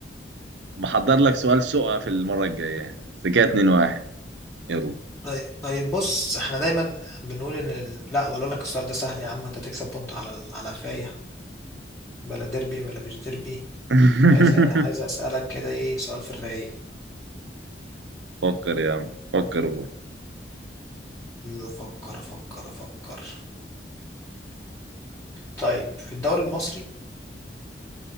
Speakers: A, on the right (about 85°); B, on the left (about 15°).
A: محضر لك سؤال سوء في المرة الجاية بس كده 2 1 يلا
B: طيب طيب بص احنا دايما بنقول ان ال... لا ولا اقول لك السؤال ده سهل يا عم انت تكسب بونت على ال- على فاية بلا ديربي بلا مش ديربي
A: <laughs>
B: عايز عايز اسالك كده ايه سؤال في الرايق
A: فكر يا عم فكر قول
B: افكر افكر افكر طيب في الدوري المصري